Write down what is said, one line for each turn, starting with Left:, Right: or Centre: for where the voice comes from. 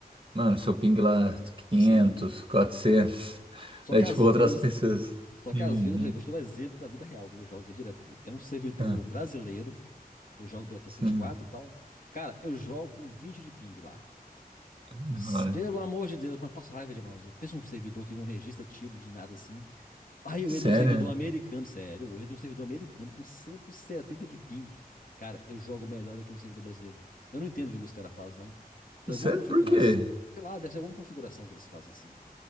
Right: Mano, seu ping lá 500,
Left: Sim.
Right: 400, <laughs>
Left: Só
Right: é
Left: que
Right: tipo
Left: às
Right: outras
Left: vezes,
Right: pessoas.
Left: só
Right: Uhum.
Left: que às vezes, por exemplo, vou te dar um exemplo da vida real que eu jogo aqui direto aqui. Tem um servidor
Right: Ah,
Left: brasileiro, que eu jogo Battlefield
Right: sim,
Left: 4 e tal. Cara, eu jogo com 20 de ping lá.
Right: da
Left: S-
Right: hora.
Left: Pelo amor de Deus, mas passo raiva demais. Pensa um servidor que não registra tiro de nada assim. Aí eu
Right: Sério?
Left: entro num servidor americano, sério, eu entro num servidor americano com 170 de ping. Cara, eu jogo melhor do que no servidor brasileiro. Eu não entendo o que os caras fazem, não. Tem
Right: Sério,
Left: alguma configuração,
Right: por quê?
Left: sei lá, deve ser alguma configuração que eles fazem assim,